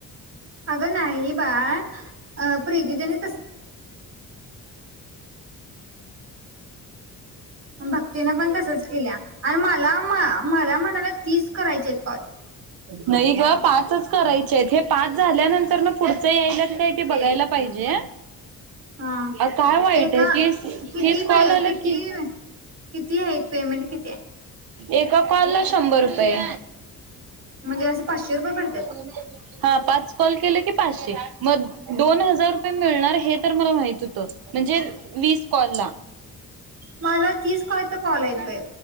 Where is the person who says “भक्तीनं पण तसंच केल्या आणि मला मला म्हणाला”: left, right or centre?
Right